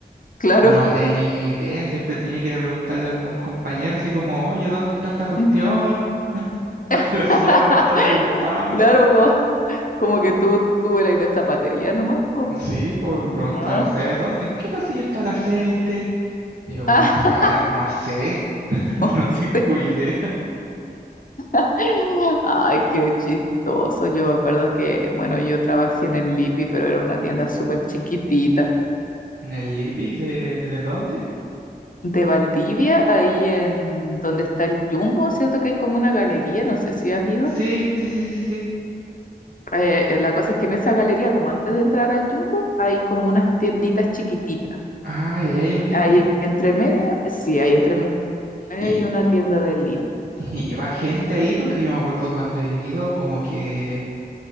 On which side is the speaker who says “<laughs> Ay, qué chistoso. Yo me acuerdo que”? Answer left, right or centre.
Left